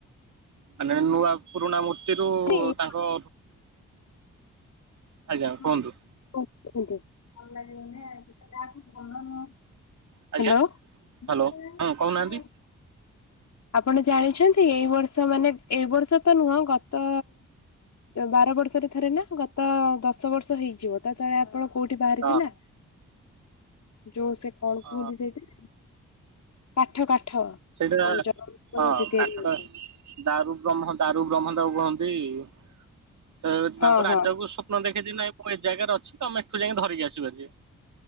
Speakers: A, on the right; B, on the left.
A: ମାନେ ନୂଆ ପୁରୁଣା ମୂର୍ତ୍ତି ତେଣୁ
B: ଆରେ ଏଇ
A: ତାଙ୍କ
B: <unintelligible>
A: ଆଜ୍ଞା କୁହନ୍ତୁ
B: ହଁ ହଁ ଭଲ ଲାଗେ
A: ଆଜ୍ଞା
B: ଭଲ
A: ହ୍ୟାଲୋ ହଁ
B: ହ୍ୟାଲୋ
A: କହୁନାହାନ୍ତି
B: ଆପଣ ଜାଣିଛନ୍ତି ଏଇ ବର୍ଷ ମାନେ ଏଇ ବର୍ଷ ତ ନୁହଁ ଗତ ବାର ବର୍ଷରେ ଥରେ ନା ଗତ ଦଶ ବର୍ଷ ହେଇଯିବ ତା ତଳେ <unintelligible> କୋଉଠି ବାହାରିଥିଲା
A: ହଁ
B: ଯୋଉ ସେ କଣ
A: ଅ
B: କୁହନ୍ତି ସେଇଟା କାଠ କାଠ
A: ସେଇଟା
B: ଯୋଉ
A: <unintelligible>
B: ଜଗନ୍ନାଥ
A: ହଁ
B: ମୂର୍ତ୍ତି ତିଆରି
A: କାଠ
B: ହୁଏ।
A: ଦାରୁ ବ୍ରହ୍ମ ଦାରୁ ବ୍ରହ୍ମ ତାକୁ କୁହନ୍ତି ତ ତାଙ୍କ
B: ହଁ
A: ରାଜାକୁ
B: ହଁ
A: ସ୍ୱପ୍ନ ଦେଖେ ଯେ ନାଇଁ ମୁଁ ଏ ଜାଗାରେ ଅଛି ତମେ ଏଠୁ ଯାଇକ ଧରିକି ଆସିବ ଆଜି